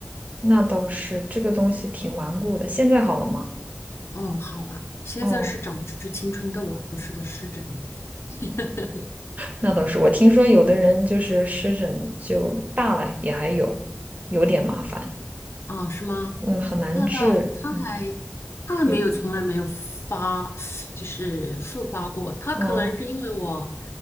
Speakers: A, on the right (about 35°); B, on the left (about 80°).
A: 那倒是，这个东西挺顽固的。现在好了吗？
B: 哦，好了，现在是长的是青春痘了，
A: 哦，
B: 不是的湿疹了。<laughs>
A: 那倒是。我听说有的人就是湿疹就大了也还有，有点麻烦，
B: 啊，是吗？
A: 嗯，很难治。
B: 那倒，他还他还没有，
A: 嗯，你
B: 从来没有发，就是复发过。他可能是因为我
A: 哦，